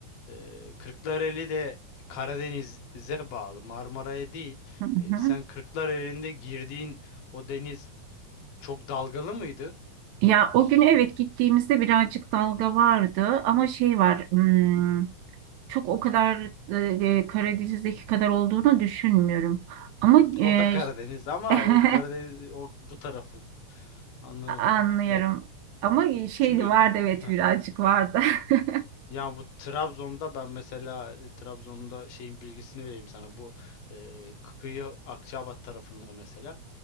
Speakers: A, on the left; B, on the right.
A: e, Kırklareli de Karadeniz'e bağlı, Marmara'ya değil.
B: hı
A: E,
B: hı.
A: sen Kırklareli'nde girdiğin o deniz çok dalgalı mıydı?
B: Ya o gün evet gittiğimizde birazcık dalga vardı ama şey var hmm, çok o kadar e, Karadeniz'deki kadar olduğunu düşünmüyorum. Ama
A: O
B: e,
A: da Karadeniz ama
B: <laughs>
A: o Karadeniz o bu tarafı anladım.
B: anlıyorum.
A: Ya
B: Ama şeydi
A: çünkü
B: vardı
A: <laughs>
B: evet birazcık vardı. <laughs>
A: Ya bu Trabzon'da ben mesela e, Trabzon'da şeyin bilgisini vereyim sana. Bu e, kıyı Akçaabat tarafında mesela